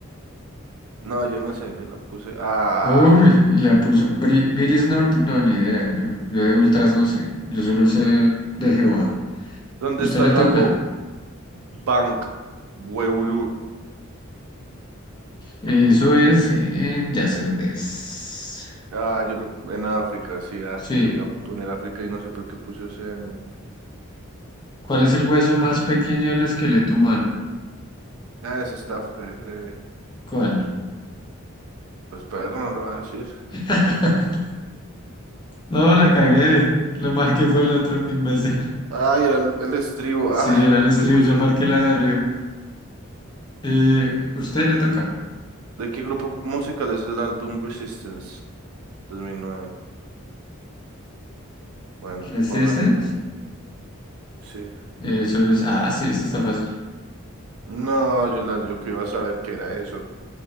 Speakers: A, on the right; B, on the left.
A: No, yo no sé, yo la puse. Ah,
B: Uy, la puso. Bri- Viris Norte, no, ni idea. Yo, yo de ultras no sé. Yo solo sé de Jehová.
A: ¿dónde
B: Usted
A: está
B: le
A: el
B: toca.
A: lago Bank Weulu?
B: Eso es en, ya sé dónde es.
A: Ah, yo lo en África, sí, ah,
B: Sí.
A: yo iba a poner África y no sé por qué puse Oceanía.
B: ¿Cuál es el hueso más pequeño del esqueleto humano?
A: Ah, eso está fre- breve.
B: ¿Cuál?
A: Pues pero no lo va a decir.
B: <laughs> No, la cagué. Lo marqué fue el otro, que imbécil. <laughs>
A: Ay, era el, el estribo.
B: Sí,
A: Ah,
B: era el estribo,
A: yo puse
B: yo
A: el-
B: marqué la de arriba. Eh, usted le toca.
A: ¿De qué grupo musical es el álbum Resistance? dos mil nueve Bueno,
B: Resistance.
A: póngala, pon. Sí.
B: Eso es. Ah, sí, eso está fácil.
A: No, Yolanda, yo que iba a saber qué era eso.